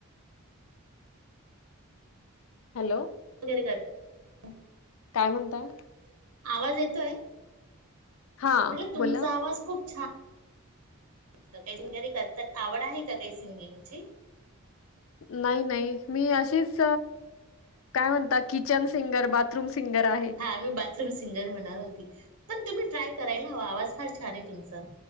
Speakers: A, on the left; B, on the right.
A: हॅलो.
B: वगैरे काय <unintelligible>
A: काय म्हणताय.
B: आवाज येतोय.
A: हां,
B: म्हणलं, तुमचा
A: बोला.
B: आवाज खूप छान रियाज वगैरे करतात. आवड आहे का काही सिंगिंगची.
A: नाही नाही. मी अशीच, काय म्हणतात? किचन सिंगर, बाथरूम सिंगर आहे.
B: हा, मी बाथरूम सिंगर म्हणणार होती. पण तुम्ही, ट्राय करायला हवा. आवाज फार छान आहे तुमचा.